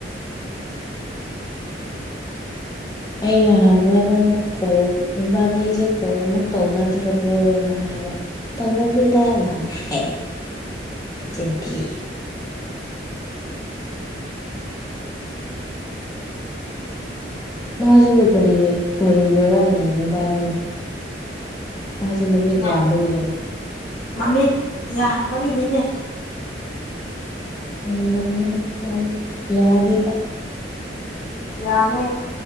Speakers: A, on the left; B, on the left.
A: ꯑꯩꯅ ꯍꯪꯕ ꯅꯪ ꯀꯣꯜ ꯏꯕꯥꯅꯤꯁꯦ ꯀꯣꯜ ꯑꯃꯨꯛ ꯇꯧꯅꯗ꯭ꯔꯕꯣꯅ ꯍꯥꯏꯕ ꯇꯧꯅꯗꯦꯗꯅ ꯍꯥꯏꯌꯦ ꯃꯆꯤꯟ ꯊꯤꯌꯦ ꯃꯥꯁꯤꯕꯨ ꯀꯔꯤ ꯀꯔꯤ <unintelligible> ꯃꯥꯁꯦ ꯃꯃꯤꯠ
B: ꯑꯥ
A: ꯌꯥꯝꯕꯒꯤꯔꯣ
B: ꯃꯃꯤꯠ ꯌꯥꯝꯕꯒꯤꯅꯤꯅꯦ
A: ꯌꯥꯝ ꯃꯝꯒꯅꯤ ꯃꯥꯗꯤ ꯌꯥꯗꯦ ꯕ
B: ꯌꯥꯝꯃꯦ